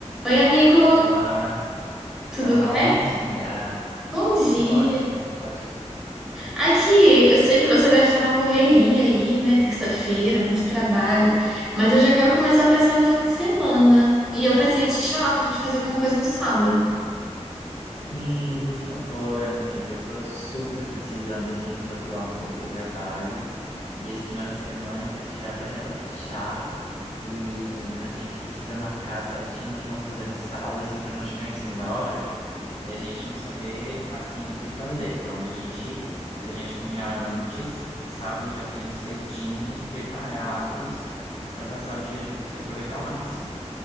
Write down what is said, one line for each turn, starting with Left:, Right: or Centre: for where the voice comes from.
Centre: Oi, amigo,
Left: Olá,
Centre: tudo
Left: olá,
Centre: bem?
Left: bom dia.
Centre: Bom dia.
Left: Tudo ótimo, tudo ótimo.
Centre: Aqui, eu sei que você deve estar na correria aí, né? Terça-feira, muito trabalho, mas eu já quero começar a pensar no fim de semana. E eu pensei em te chamar pra gente fazer alguma coisa no sábado.
Left: Sim, por favor, amiga. Eu tô super precisando, assim, desopilar um pouco do trabalho. E esse final de semana eu quero tirar pra relaxar. E a gente precisa marcar certinho o que vamos fazer no sábado, assim, pra não chegar em cima da hora. E a gente não saber, assim, o que fazer, pra onde a gente ir. Então, se a gente combinar antes, sábado já saímos cedinhos, preparados, pra passar o dia juntos e aproveitar ao máximo.